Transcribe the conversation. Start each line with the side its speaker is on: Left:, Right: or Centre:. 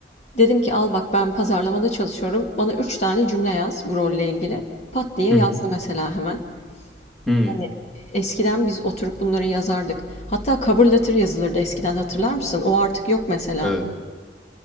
Left: Dedim ki al bak ben pazarlamada çalışıyorum. Bana üç tane cümle yaz bu rolle ilgili. Pat diye
Centre: Hı
Left: yazdı
Centre: hı.
Left: mesela hemen.
Centre: hı.
Left: Hani eskiden biz oturup bunları yazardık. Hatta cover letter yazılırdı eskiden hatırlar mısın? O artık yok mesela.
Centre: Evet.